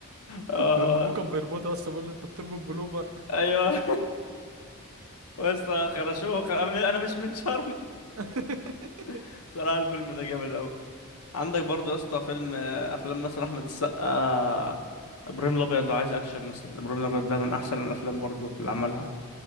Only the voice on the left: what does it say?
اه
ايوه بس خرشوه خ... انا أنا مش من شرم
<laughs> صراحه الفيلم ده جامد قوي عندك برضو يا اسطى فيلم آه، افلام مثلا احمد السقا آه، ابراهيم الابيض لو عايز اكشن مثلا ابراهيم الابيض ده من احسن الافلام برضو اللي عملها